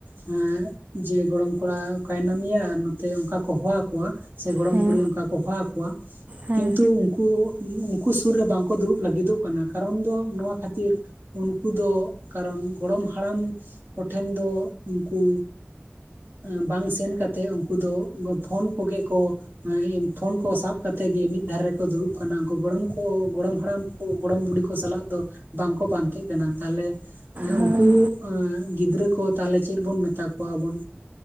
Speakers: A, on the right (about 55°); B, on the right (about 40°).
A: ᱮᱸᱜ ᱡᱮ ᱜᱚᱲᱚᱢ ᱠᱚᱲᱟ ᱚᱠᱟ ᱭᱮᱱᱟᱢ ᱭᱟ ᱱᱚᱛᱮ ᱚᱸᱠᱟ ᱠᱚ ᱦᱚᱣᱟ ᱠᱚᱣᱟ᱾ ᱪᱮ ᱜᱚᱲᱚᱢ
B: ᱦᱮᱸ
A: ᱠᱩᱲᱤ ᱚᱸᱠᱟ ᱠᱚ ᱦᱚᱣᱟ ᱠᱚᱣᱟ,
B: ᱦᱮᱸ
A: ᱠᱤᱱᱛᱩ ᱩᱱᱠᱩᱜᱼᱼ ᱩᱱ ᱩᱱᱠᱩ ᱥᱩᱨ ᱨᱮ ᱵᱟᱝ ᱠᱚ ᱫᱩᱲᱩᱵ ᱞᱟᱹᱜᱤᱫᱚᱜ ᱠᱟᱱᱟ, ᱠᱟᱨᱚᱱ ᱫᱚ ᱱᱚᱶᱟ ᱠᱷᱟᱹᱛᱤᱨᱼᱼ ᱩᱱᱠᱩ ᱫᱚᱻᱜ ᱠᱟᱨᱚᱱ ᱜᱚᱲᱚᱢ ᱦᱟᱲᱟᱢ ᱠᱚᱴᱷᱮᱱ ᱫᱚᱻᱜ ᱩᱱᱠᱩᱼᱼ ᱮᱸᱻ ᱵᱟᱝ ᱥᱮᱱ ᱠᱟᱛᱮ ᱩᱸᱠᱩ ᱫᱚᱻᱜ ᱜᱚ ᱯᱷᱳᱱ ᱠᱚᱜᱮ ᱠᱚᱼᱼ ᱮᱸ ᱤᱱ ᱯᱷᱳᱱ ᱠᱚ ᱥᱟᱵ ᱠᱟᱛᱮ ᱜᱮ ᱢᱤᱫ ᱫᱷᱟᱨᱮ ᱨᱮᱠᱚ ᱫᱩᱲᱩᱵ ᱠᱟᱱᱟ, ᱩᱱᱠᱩ ᱜᱚᱲᱚᱢ ᱠᱚ ᱜᱚᱲᱚᱢ ᱦᱟᱲᱟᱢᱼᱼ ᱠᱩ ᱜᱚᱲᱚᱢ ᱵᱩᱰᱤ ᱠᱚ ᱥᱟᱞᱟᱜ ᱫᱚ ᱵᱟᱝ ᱠᱚ ᱯᱟᱱᱛᱮᱜ ᱠᱟᱱᱟ, ᱛᱟᱦᱮᱞᱮᱼᱼ ᱦᱮᱸ
B: ᱦᱳᱭ
A: ᱩᱸᱠᱩ ᱮᱸᱻ ᱜᱤᱫᱽᱨᱟᱹ ᱠᱚ ᱛᱟᱦᱮᱞᱮ ᱪᱮᱫ ᱵᱚᱱ ᱢᱮᱛᱟ ᱠᱚᱣᱟ ᱵᱚᱱ?